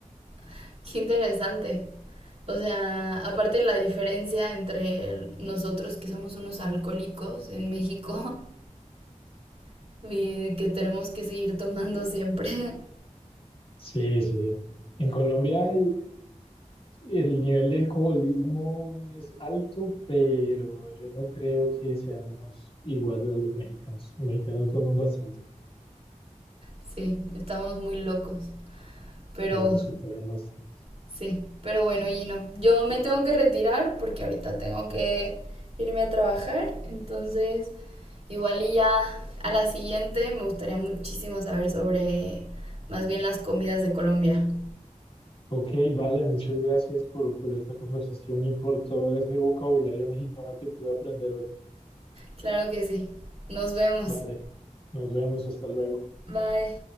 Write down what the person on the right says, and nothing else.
<laughs> qué interesante. O sea, aparte la diferencia entre el- nosotros que somos unos alcohólicos en México <laughs> y que tenemos que seguir tomando siempre. <laughs>
Sí, estamos muy locos. Pero
Sí, pero bueno, Gino, yo me tengo que retirar porque ahorita tengo que irme a trabajar, entonces igual y ya a la siguiente me gustaría muchísimo saber sobre más bien las comidas de Colombia.
Claro que sí, nos vemos.
Bye.